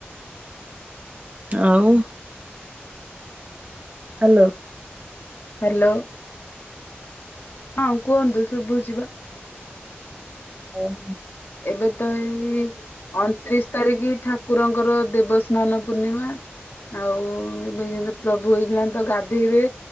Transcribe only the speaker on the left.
ହ୍ୟାଲୋ ହଁ କୁହନ୍ତୁ ଶୁଭୁଚିବା,
ଏବେ ତ ଏଇ ଅଣତିରିଶ ତାରିଖ ଠା ଠାକୁରଙ୍କର ଦେବସ୍ନାନ ପୂର୍ଣ୍ଣିମା ଆଉ ଏବେ ପ୍ରଭୁ ହେଇଗଲା ତ ଗାଧେଇବେ,